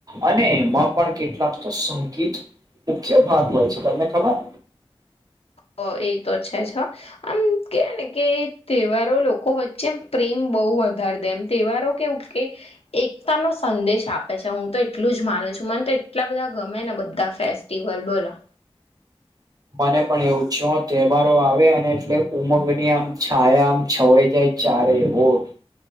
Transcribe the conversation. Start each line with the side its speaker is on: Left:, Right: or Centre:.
Right: અને એમાં પણ કેટલાક તો સંગીત મુખ્ય ભાગ હોય છે, તમને ખબર.
Left: હ. આમ કેવાય ને કે, તહેવારો લોકો વચ્ચે એમ પ્રેમ બહુ વધારે દે, એમ તહેવારો ઉકે ઉગકે. એકતા નો સંદેશ આપે છે, હું તો એટલું જ માનું છું, મને તો એટલા બધા ગમે ને, બધા ફેસ ટિવલ બોલા.
Right: મને પણ એવું છે, તહેવારો આવે, અને એટલે ઉમંગની આમ છાયા આમ છવાઈ જાય. ચારે વોટ.